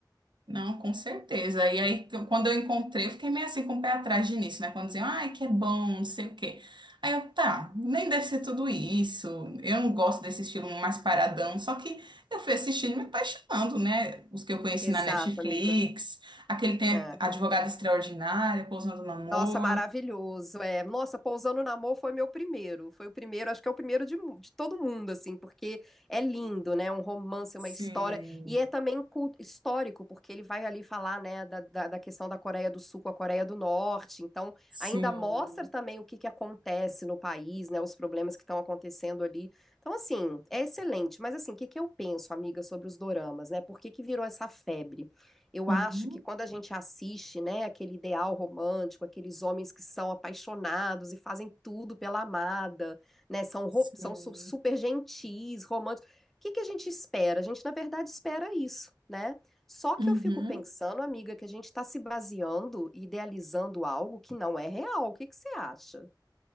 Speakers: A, on the right (about 80°); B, in the centre.
A: Não, com certeza. E aí, t- quando eu encontrei, eu fiquei meio assim com o pé atrás de início, né? Quando diziam, ai, que é bom, não sei o quê. Aí eu, tá, nem deve ser tudo isso. Eu não gosto desse estilo mais paradão. Só que eu fui assistindo e me apaixonando, né? Os que eu conheci
B: Exato,
A: na Netflix,
B: amiga.
A: aquele tem
B: É.
A: a Advogada Extraordinária, Pousando no Amor.
B: Nossa, maravilhoso. É, nossa, Pousando no Amor foi meu primeiro. Foi o primeiro, acho que é o primeiro de, mu- de todo mundo, assim, porque é lindo, né? Um romance,
A: Sim,
B: uma história. E é também cu- histórico, porque ele vai ali falar, né, da, da, da questão da Coreia do Sul com a Coreia do Norte. Então,
A: sim.
B: ainda mostra também o que que acontece no país, né? Os problemas que estão acontecendo ali. Então, assim, é excelente. Mas, assim, o que que eu penso, amiga, sobre os doramas, né? Por que que virou essa febre? Eu
A: Uhum,
B: acho que quando a gente assiste, né, aquele ideal romântico, aqueles homens que são apaixonados e fazem tudo pela amada, né, são, ro-
A: sim.
B: são su- super gentis, românticos. O que que a gente espera? A gente, na verdade, espera isso, né? Só que
A: Uhum.
B: eu fico pensando, amiga, que a gente está se baseando e idealizando algo que não é real. O que que você acha?